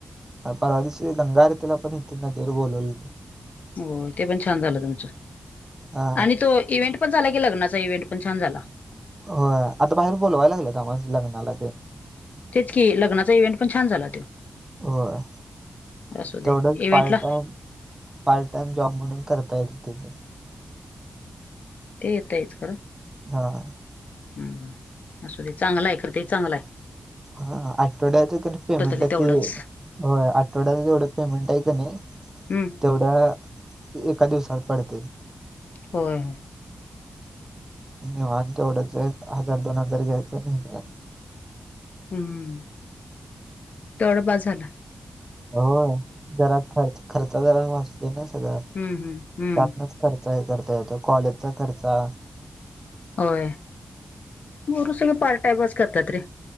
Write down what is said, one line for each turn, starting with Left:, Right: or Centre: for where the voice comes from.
Right: परवा दिशी, गंगाारेतीला पण इथे, नदीवर बोलवलेल.
Left: हो. ते पण छान झालं तुमचं.
Right: हा
Left: आणि तो इव्हेंट पण झाला की, लग्नाचा. इव्हेंट पण छान झाला.
Right: होय. आता बाहेर बोलवायला लागलेत, आम्हाला. असं लग्नाला न ते.
Left: तेच कि, लग्नाचा इव्हेंट पण छान झाला तो.
Right: होय
Left: असू दे.
Right: तेवढंच
Left: इव्हेंटला
Right: पार्ट टाइम पार्ट टाइम जॉब म्हणून. करता येईल तिथं.
Left: ते येतयच खरं.
Right: हा.
Left: हम्. असू दे. चांगलाय. खरं ते चांगलंय.
Right: हा आठवड्याच क नाही पेमेंट
Left: तरी
Right: हाय
Left: तेवढंच
Right: ती. होय. आठवड्याच जेवढं पेमेंट हाय का नाही
Left: हम्म
Right: तेवढ्या. एका दिवसात पडतय.
Left: होय.
Right: निवांत तेवढंचय. हजार - दोन हजार घ्यायचं. <unintelligible>
Left: हम्म. तेवढ बास झाला.
Right: होय. जरा खर्च- खर्च जरा वाचतोयना सगळा,
Left: हम्म
Right: त्यातनच.
Left: हम्म हम्म
Right: खर्च हे करता येतो. कॉलेजचा खर्चा
Left: होय. पोरं सगळे, पार्ट टाइमच करतात रे.